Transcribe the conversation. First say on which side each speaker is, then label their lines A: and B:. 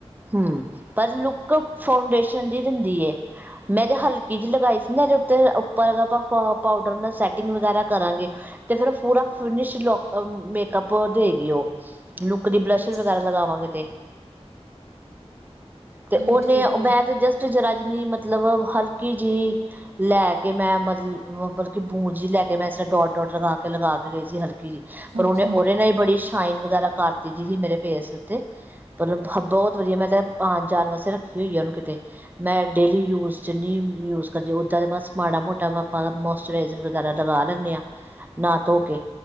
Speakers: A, on the right; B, on the right.
A: ਹੂੰ, ਪਰ ਲੁੱਕ ਫਾਊਂਡੇਸ਼ਨ ਦੀ ਦੇਂਦੀ ਏ। ਮੈਂ ਤੇ ਹਲਕੀ ਜੀ ਲਗਾਈ ਸੀ ਨਾ ਏਦੇ ਉੱਤੇ ਉੱਪਰ ਆਪਾਂ ਪਾ ਪਾਊਡਰ ਨਾਲ ਸੈਟਿੰਗ ਵਗੈਰਾ ਕਰਾਂਗੇ। ਤੇ ਫਿਰ ਪੂਰਾ ਫਿਨਿਸ਼ <unintelligible> ਮੇਕਅੱਪ ਦੇਗੀ ਓ। ਲੁੱਕ ਦੀ ਬਰੱਸ਼ਰ
B: ਅੱਛਾ
A: ਵਗੈਰਾ ਲਗਾਵਾਂਗੇ ਤੇ ਤੇ
B: ਨਹੀਂ
A: ਓਨੇ
B: ਠੀਕ
A: ਮੈਂ
B: ਹੈ
A: ਤੇ ਜਸਟ ਜਰਾ ਜਨੀ ਮਤਲਬ ਹਲਕੀ ਜੀ ਲੈ ਕੇ ਮੈ <unintelligible> ਪੂਂਛ ਲੈ ਕੇ ਮੈਂ ਸ ਡੋਟ-ਡੋਟ ਲਗਾ ਕੇ ਹਲ ਕੀ ਪਰ
B: ਅੱਛਾ
A: ਓਨੇ ਓਨੇ ਏ ਨਾਲ ਹੀ ਬੜੀ ਸ਼ਾਈਨ ਵਗੈਰਾ ਕਰ ਦਿਤੀ ਜੀ ਸੀ ਮੇਰੇ ਫੇਸ ਉੱਤੇ। ਬੌਤ ਵਧੀਆ ਮੈਂ ਤਾਂ ਆਣ ਜਾਣ ਵਾਸਤੇ ਰੱਖੀ ਹੋਈ ਐ ਓਨੂੰ ਕਿਤੇ ਮੈਂ ਡੇਲੀ
B: ਹਮ।
A: ਯੂਸ ਚ ਨੀ ਯੂਜ ਕਰਦੀ ਉੱਦਾਂ ਦਾ ਬਸ ਮਾੜਾ ਮੋਟਾ ਆਪਾਂ ਮੋਸਚਰਾਈਜ਼ਰ ਵਗੈਰਾ ਲਗਾ ਲੈਂਦੇ ਆ ਨਾ ਧੋ ਕੇ।